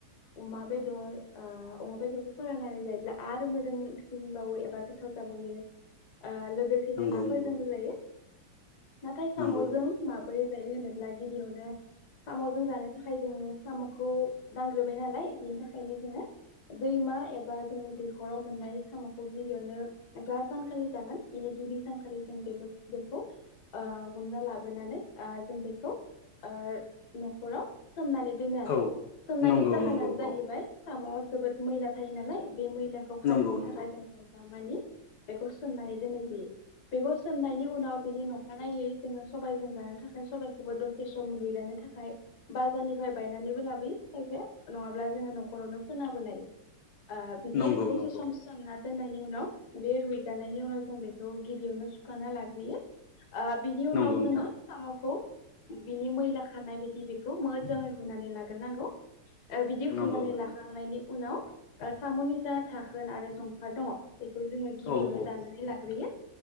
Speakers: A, on the left (about 55°); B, on the left (about 80°).
A: अमा बेदर, ओ मा बेदरखौ फोराननानै जायोब्ला आरो मोदोम सिनबावो एबा गोथाव जा जाबुयो। आ लोगोसेनो
B: नंगौ
A: नाफोरजोंबो
B: नंगौ
A: जायो। नाथाय साम'जों
B: नंगौ
A: माबोरै जायो होनोब्ला गिबियावनो साम'जों जानो थाखाय जोङो साम'खौ दांग्रोबाय नालाय, बेनि थाखायनो जोङो दैमा एबा जोंनि दैख'राव मोननाय साम'खौ गिबियावनो जा सानखालि जागोन, बेनि गिबि सानखालि जों बेबो बेखौ ओ हमना लाबोनानै ओ जों बेखौ ओ न'खराव सोमनानै दोनो आरो।
B: औ
A: सोमनायनि
B: नंगौ
A: जाहोनानो
B: नंगौ
A: जाहैबाय
B: औ
A: साम'वाव जोबोद मैला थायो नालाय। बे मैलाखौ खारहोनो
B: नंगौ नंगौ
A: थाखाय जों हरफामानि बेखौ सोमनानै दोननाय जायो। बेखौ सोमनायनि उनाव बिनि <unintelligible> <unintelligible> सबायजों जानो थाखाय सबायखौबो दसे सम रुइगानो थाखाय बाजारनिफ्राय बायनानैबो ला लाबोयो खायफाडडया नङाब्ला जोङो न'खरावनो फोनाबोनाय ओ बिदि
B: नंगौ नंगौ
A: दसे सम सोमनना दोननायनि उनाव बे रुइगानायनि उनाव जों बेखौ गिबियावनो सुखाना लाग्रोयो। ओ बिनि उनाव
B: नंगौ नोंथां
A: जोङो साम'खौ बिनि मैला खारनाय बायदि बेखौ मोजाङै हुनानै लाग्रोनांगौ। ओ बिदि
B: नंगौ
A: हुनानै
B: नोंथां
A: लाखांनायनि उनाव ओ साम'नि जा थाखोन आरो जंफार दङ बेखौ जोङो गिबियावनो
B: औ औ
A: दाननानै लाग्रोयो